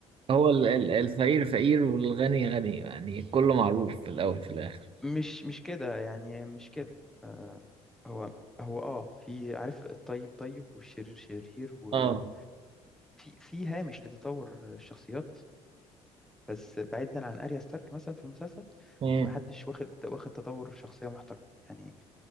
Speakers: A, on the right; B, in the centre.
A: هو ال- ال- الفقير فقير والغني غني يعني كله معروف في الأول في الآخر
B: مش مش كده يعني مش كده آه هو هو اه في عارف الطيب طيب والشرير شرير وفي
A: اه
B: في هامش لتطور الشخصيات بس بعيدا عن اريا ستارك مثلا في المسلسل
A: مم.
B: ما حدش واخد واخد تطور شخصية محترم يعني